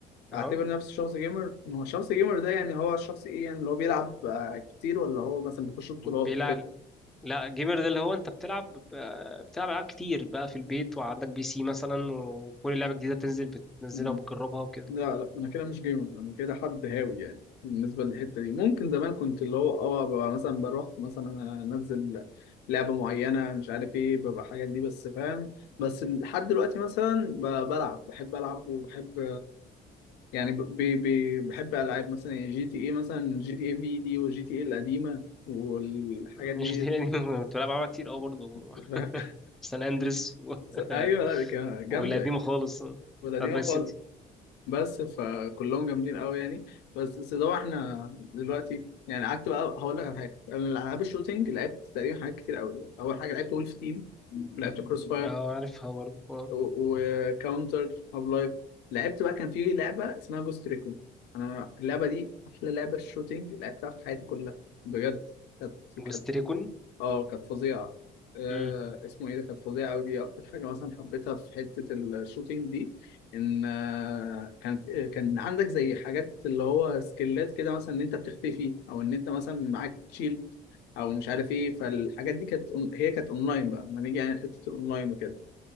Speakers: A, on the left; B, in the centre.
A: اعتبر
B: اه
A: نفسي شخص جيمر ما هو الشخص جيمر ده يعني هو الشخص ايه يعني اللي هو بيلعب آه، كتير ولا هو مثلا بيخش بطولات
B: بيلعب لا جيمر ده اللي هو انت بتلعب بتلعب العاب كتير بقى في البيت وعندك بي سي مثلا وكل لعبه جديده بتنزل بتنزلها
A: وكده
B: وبتجربها وكده
A: لا لا انا كده مش جيمر انا كده حد هاوي يعني بالنسبه للحته دي ممكن زمان كنت اللي هو اه ببقى مثلا بروح مثلا انزل لعبه معينه مش عارف ايه ببقى الحاجات دي بس فاهم بس لحد دلوقتي مثلا ب- بلعب بحب العب وبحب يعني ب ب ب بحب العاب مثلا يعني جي تي اي مثلا جي تي اي في دي وجي تي اي القديمه والحاجات
B: مش
A: دي
B: دي يعني <laughs> كنت بلعب العاب كتير قوي برضه
A: <laughs> فاهم؟
B: سان اندريس و...
A: ايوه
B: <laughs>
A: لا كان- جامده
B: والقديمة خالص آه،
A: والقديمه
B: بتاعت باي
A: خالص
B: سيتي
A: بس فكلهم جامدين قوي يعني بس سيدو احنا دلوقتي يعني قعدت بقى هقول لك على حاجه انا العاب الشوتينج لعبت تقريبا حاجات كتير قوي اول حاجه لعبت وولف تيم ولعبت كروس فاير
B: اه عارفها برضه آه.
A: وكاونتر هاف لايف لعبت بقى كان في لعبه اسمها جوست ريكون انا اللعبه دي احلى لعبه شوتينج لعبتها في حياتي كلها بجد كانت
B: جوست
A: كانت
B: ريكون
A: اه كانت فظيعة آه
B: مم.
A: اسمه ايه ده كانت فظيعة أوي دي أكتر حاجة مثلا حبيتها في حتة الشوتينج دي إن آه كانت آه، كان عندك زي حاجات اللي هو سكيلات كده مثلا إن أنت بتختفي أو إن أنت مثلا معاك شيلد أو مش عارف ايه فالحاجات دي كانت أون- هي كانت أونلاين بقى ما نيجي يعني حتة الأونلاين وكده